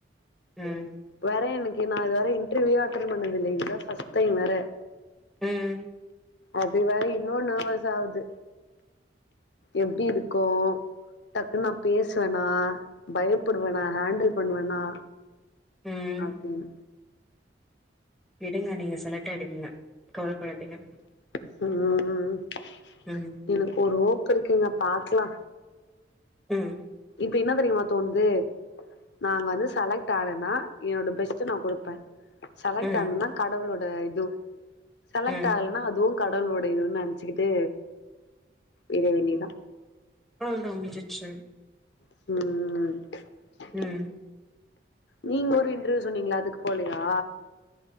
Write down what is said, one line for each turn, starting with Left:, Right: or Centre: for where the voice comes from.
Centre: ம்
Left: வேற எனக்கு நா இதுவர இன்டர்வியே அட்டன் பண்ணது இல்ல இது தா ஃபர்ஸ்ட் டைம் வேற
Centre: ம்
Left: அது வேற இன்னு நெவர்ஸ் ஆவுது எப்டி இருக்கோ டக்குன் நா பேசுவனா பயப்படுவனா ஹேண்டில் பண்ணுவன்னா
Centre: ம்
Left: அப்டினு
Centre: விடுங்க நீங்க செலக்ட்டாயிடுவீங்க கவல படாதிங்க
Left: ம் ம் ம்
Centre: ம்
Left: எனக்கு ஒரு ஹோப் கெடைக்குங்க பாக்லா
Centre: ம்
Left: இப்ப என்ன தெரியுமா தோண்து நா அங்க வந்து செலக்ட் ஆனன்னா என்னோட பெஸ்ட்ட நா குடுப்ப செலக்ட்
Centre: ம்
Left: ஆனனா கடவுளோட இது செலக்ட்
Centre: ம்
Left: ஆகலனா அதுவு கடவுளோட இதுன் நெனச்சிக்கிட்டு விட வேண்டிதா
Centre: அவ் தா முடிஞ்சுருச்சு
Left: ம் ம் ம்
Centre: ம்
Left: நீங்க ஒரு இன்டர்வ்யூ சொன்னீங்ளே அதுக்கு போலயா